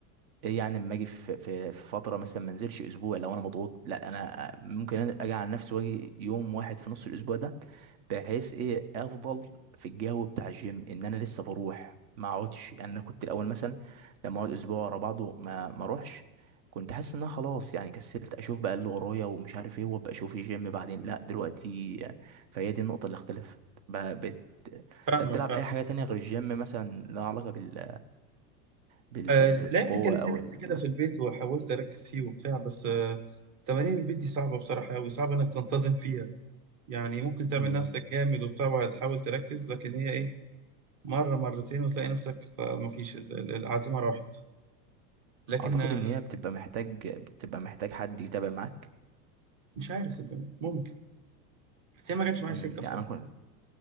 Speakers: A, on the right (about 65°); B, on the right (about 40°).
A: ايه يعني لما اجي في في في فتره مثلا ما انزلش اسبوع لو انا مضغوط لا انا ممكن اجي على نفسي واجي يوم واحد في نص الاسبوع ده بحيث ايه افضل في الجو بتاع الجيم ان انا لسه بروح ما اقعدش يعني انا كنت الاول مثلا لما اقعد اسبوع ورا بعضه ما ما اروحش كنت حاسس ان انا خلاص يعني كسلت اشوف بقى اللي ورايا ومش عارف ايه وابقى اشوف الجيم بعدين لا دلوقتي فهي دي النقطه اللي اختلفت ب- بت...
B: فاهمك
A: انت بتلعب
B: فاهم
A: اي حاجه تانية غير الجيم مثلا لها علاقه بال... بال...
B: آه
A: بالقوه
B: لعبت الكاليسينكس
A: او ال-
B: كده
A: كده
B: في البيت وحاولت اركز فيه وبتاع بس آه تمارين البيت دي صعبه بصراحه قوي صعب انك تنتظم فيها يعني ممكن تعمل
A: مم.
B: نفسك جامد وبتاع وهتحاول تركز لكن هي ايه مره مرتين وتلاقي نفسك آه، مفيش ال- ال- العزيمه راحت لكن
A: اعتقد
B: آه
A: ان هي بتبقى محتاج بتبقى محتاج حد يتابع معاك
B: مش عارف صدقني ممكن بس هي ما جاتش معايا
A: مم.
B: سكه بصراحه
A: يعني انا كنت